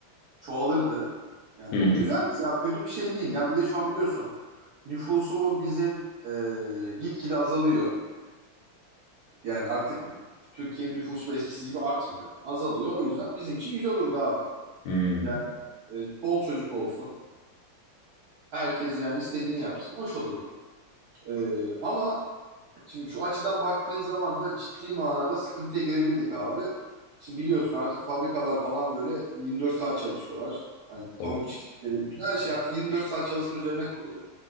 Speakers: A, on the right (about 65°); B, on the left (about 75°).
A: çoğalırdı. Yani
B: <laughs> Hı hı.
A: bu güzel ya kötü bir şey değil. Yani bir de şu an biliyorsun nüfusumuz bizim ee, gitgide azalıyor. Yani artık Türkiye'nin nüfusu eskisi gibi artmıyor. Azalıyor. O yüzden bizim için güzel olurdu abi.
B: Hmm.
A: Yani e, bol çocuk olsun. Herkes yani istediğini yapsın. Hoş olurdu. Ee, ama şimdi şu açıdan baktığın zaman da ciddi manada sıkıntıya girebildik abi. Şimdi biliyorsun artık fabrikalar falan böyle 24 saat çalışıyorlar. Hani
B: Tabii.
A: tavuk çiftlikleri, bütün her şey artık 24 saat çalışma üzerine kurulu.